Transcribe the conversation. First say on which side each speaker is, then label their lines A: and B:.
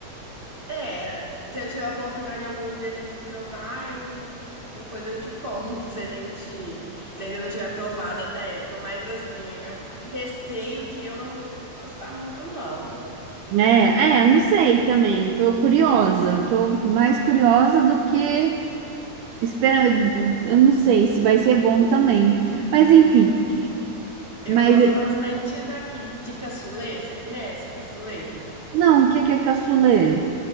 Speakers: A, on the right; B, on the right.
A: é. Se eu tiver a oportunidade algum dia de provar, eu depois eu te conto <laughs> se a gente se ainda não tiver provado até a época. Mas assim, eu receio que eu não vou go- gostar muito, não.
B: É, é, não sei também. Tô curiosa, tô mais curiosa do que esperando. Eu não sei se vai ser bom também. Mas enfim,
A: Eu
B: mas
A: gosto bastante daqui de cassoulet. Você conhece o cassoulet?
B: não, o que que é cassoulet?